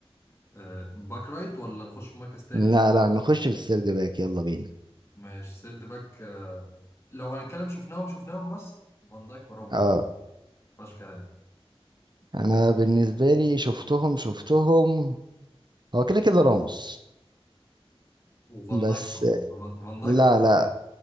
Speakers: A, on the left (about 25°); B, on the right (about 45°).
A: آه باك رايت ولا نخش في مركز تاني
B: لا لا نخش في السرد باك يلا بينا
A: ماشي سيرد باك آه لو هنتكلم شفناهم شفناهم بس فان دايك وراموس
B: اه
A: مفيهاش كلام
B: انا بالنسبه لي شفتهم شفتهم هو كده كده راموس
A: وفان
B: بس
A: دايك طبعا فان فان دايك
B: لا
A: أحسن
B: لا
A: منه.